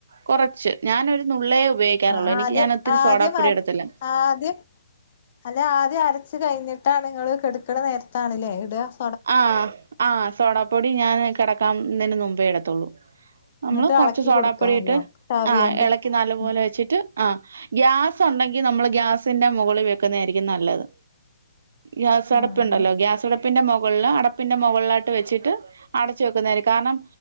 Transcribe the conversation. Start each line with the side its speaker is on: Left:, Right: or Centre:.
Right: കൊറച്ച്, ഞാനൊരു നുള്ളേ ഉപയോഗിക്കാറുള്ളൂ
Left: ആ
Right: എനിക്ക്
Left: ആദ്യം
Right: ഞാൻ ഒത്തിരി
Left: ആദ്യംഅര
Right: സോഡാപ്പൊടി ഇടത്തില്ല
Left: ആദ്യം ഹലോ ആദ്യം അരച്ച് കഴിഞ്ഞിട്ട് ട്ടാ നിങ്ങള് കെടക്കണ നേരത്താണല്ലേ ഇട്വ.
Right: ആ ആ സോഡാപ്പൊടി ഞാന് കെടക്കാംന്നേനു മുമ്പേ ഇടത്തുള്ളൂ. നമ്മള്
Left: ഇങ്ങട്ട്
Right: കൊറച്ച്
Left: എളക്കി
Right: സോഡാപ്പൊടിയിട്ട്
Left: കൊടുക്ക നല്ലോണം താവിയോണ്ട്
Right: ആ എളക്കി നല്ല പോലെ
Left: ഉം
Right: വെച്ചിട്ട് ആ ഗ്യാസ് ഒണ്ടെങ്കി നമ്മൾ ഗ്യാസിന്റെ മുകളിൽ വെക്കുന്നയായിരിക്കും നല്ലത്. ഗ്യാസ
Left: ആ
Right: അടുപ്പുണ്ടല്ലോ
Left: അങ്ങനെ
Right: ഗ്യാസടുപ്പിന്റെ മൊക് ള്ള അടുപ്പിന്റെ മോ മുകളിലായിട്ട് വെച്ചിട്ട് അടച്ച് വെക്കുന്നന് കാരണം